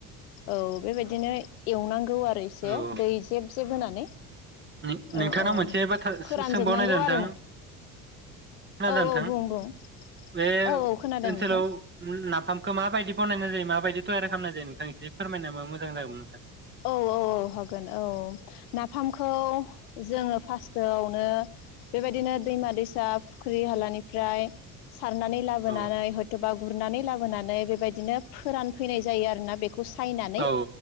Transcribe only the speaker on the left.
औ बेबायदिनो एवनां गौ आरो एसे
दै जेब जेब होनानै
औ औ
फोरानजोबनांगौ
आरो
औ
औ बुं बुं
औ औ खोनादों
नोंथां
औ औ औ हागोन औ नाफामखौ जोङो फार्स्टआवनो बेबायदिनो दैमा दैसा फुख्रि हालानिफ्राय सारनानै लाबोनानै
हयथ'बा गुरनानै लाबोनानै बेबायदिनो फोरानफैनाय जायो आरोना बेखौ सायनानै